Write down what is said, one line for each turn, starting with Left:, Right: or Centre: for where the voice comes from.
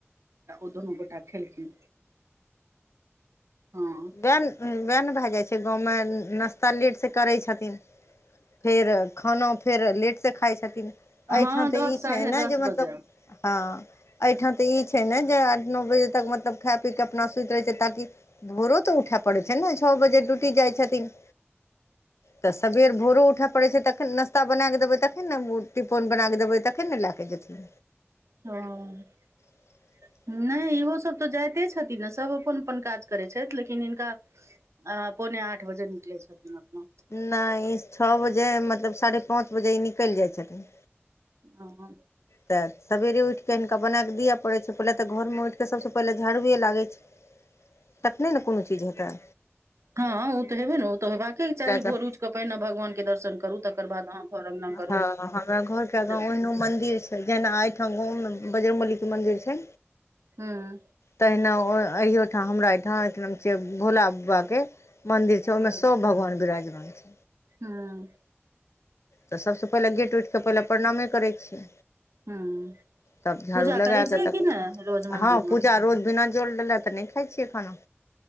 Right: आ ओ दुनू गोटे आ खेलखिन हँ
Left: वएह वएह न भए जाइ छै गाँवमे नाश्ता लेटसे करै छथिन फेर खानो फेर लेट से खाइ छथिन एहिठाम
Right: हँ दस
Left: तऽ ई
Right: साढ़े
Left: छै ने
Right: दस
Left: जे मतलब
Right: बजे
Left: हाँ एहिठाम तऽ ई छै ने जे आठ नओ बजे तक मतलब खा पी के अपना सुति रहै छै ताकि भोरो तऽ उठाय पड़ै छै ने छअ बजे ड्यूटी जाइ छथिन तऽ सबेर भोरो उठय पड़ै छै तखन नास्ता बनाके देबै तखन ने टिफोन बना के देबै तखन ने ला भे जेथि
Right: ह
Left: <inaudible>
Right: नहि इहोसभ तऽ जाइते छथिन ने सभ अपन अपन काज करैत छथिन लेकिन हिनका। आ पौने आठ बजे निकल छथिन अपना।
Left: नहि ई छओ बजे मतलब साढ़े पाँच बजे ई निकलि जाई छथिन।
Right: हा
Left: तऽ सवेरे उठि कऽ हिनका बनाए कऽ दिअ पड़ै छै पहिले तऽ घर मे उठि कऽ सभसँ पहिले झाड़ुए लागै छै। तखने ने कोनो चीज हेते
Right: ह ओ तऽ हेबे ने ओ तऽ हेबाके चाही
Left: तऽ
Right: भोर उठकेऽ पहिने भगवान के दर्शन करू तकर बाद अहाँ घर अङ्गना करू
Left: ह हमरा घर के आगा
Right: ई तऽ
Left: ओहनो मंदिर जेना एहिठाम गाव मे बजर्गबलीके मन्दिर छै।
Right: ह
Left: तहिना अहिोठाम हमरा एहिहिठाम एक नाम छै भोला बाबाके। मंदिर छै ओहिमे
Right: हँ
Left: सभ भगवान विराजमान छै।
Right: हँ।
Left: तऽ सभसँ पहिले गेट उठि कऽ पहिले प्रणामे करे छियै।
Right: हँ
Left: तब झाड़ू
Right: पूजा
Left: लगा
Right: करै छियै
Left: कऽ तऽ
Right: कि ने रोज मंदिर
Left: हँ पूजा
Right: मे
Left: रोज बिना। जोल ले तऽ नहि खाई छियै खाना